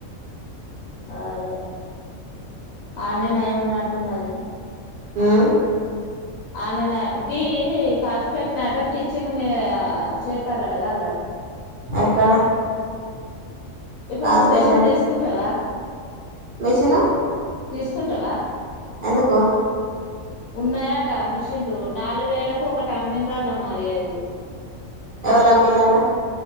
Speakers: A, on the left; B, on the right.
A: అదే ఆన్నే నయం ఉన్నట్టున్నది.
B: ఉమ్
A: ఆ నే నయం గీ కాజుపేట్లనట స్టిచింగ్ నే చేత్తారట గాదురా
B: ఎక్కడ
A: ఇప్పుడు
B: రాసిపెట్లేనా
A: నువ్వు మిషన్ దీసుకుంటావా
B: మిషను
A: తీసుకుంటావా
B: ఎందుకు
A: ఉన్నయాట మిషన్లు నాలుగు వేలకు ఒకటి అమ్మిన్ రట మరి అది
B: ఎవళమ్మిలట